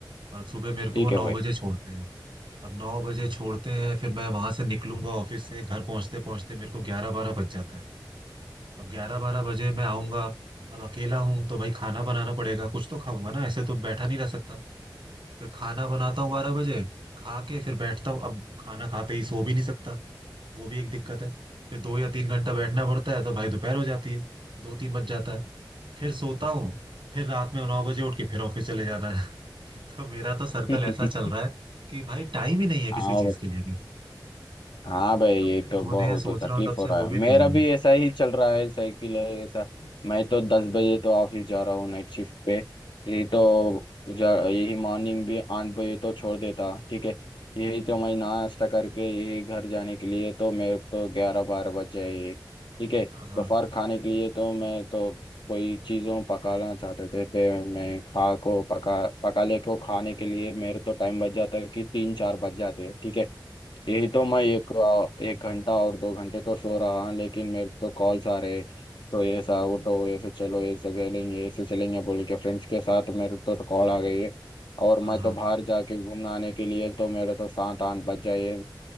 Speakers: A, on the right (about 85°); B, on the left (about 75°).
A: और सुबह मेरे को
B: ठीक
A: वो नौ
B: है भाई
A: बजे छोड़ते हैं अब नौ बजे छोड़ते हैं फिर मैं वहां से निकलूंगा ऑफिस से घर पहुंचते पहुंचते मेरे को ग्यारह बारह बज जाता है अब ग्यारह बारह बजे मैं आऊंगा अब अकेला हूँ तो भाई खाना बनाना पड़ेगा कुछ तो खाऊंगा ना ऐसे तो बैठा नहीं रह सकता फिर खाना बनाता हूँ बारह बजे खा के फिर बैठता हूँ अब खाना खाते ही सो भी नहीं सकता वो भी एक दिक्कत है फिर दो या तीन घंटा बैठना पड़ता है तो भाई दोपहर हो जाती है दो तीन बज जाता है फिर सोता हूँ फिर रात में नौ बजे उठ के फिर ऑफिस चले जाना है <laughs> तो मेरा तो सर्कल
B: <laughs>
A: ऐसा चल रहा है कि भाई टाइम ही नहीं है किसी
B: हाँ
A: चीज के लिए भी
B: हाँ भाई
A: कपड़े
B: ये तो
A: धोने
B: बहुत
A: हैं, सोच
B: तो तकलीफ
A: रहा हूँ तब
B: हो
A: से
B: रहा
A: वो
B: है
A: भी नहीं
B: मेरा
A: हो रहा
B: भी ऐसा ही चल रहा है साइकिल है ऐसा मैं तो दस बजे तो ऑफिस जा रहा हूँ नाइट शिफ्ट पे यही तो जा यही मॉर्निंग भी आठ बजे तो छोड़ देता ठीक है यही तो
A: है।
B: मैं नाश्ता करके यही घर जाने के लिए तो मेरे को तो ग्यारह बारह बज जाए ठीक है
A: हाँ हाँ
B: दोपहर खाने के लिए तो मैं तो कोई चीज़ों पकाना चाहते थे तो मैं खा को पका पका ले को खाने के लिए मेरे तो टाइम बच जाता है कि तीन चार बज जाते हैं ठीक है यही तो मैं एक एक घंटा और दो घंटे तो सो रहा हूँ लेकिन मेरे को तो कॉल्स आ रहे तो ऐसा उठो ऐसे चलो ऐसे खेलेंगे ऐसे चलेंगे बोल के फ्रेंड्स के साथ मेरे को तो कॉल आ गई है और मैं
A: हाँ हाँ
B: तो बाहर जाके घूमने आने के लिए तो मेरा तो सात आठ बज जाए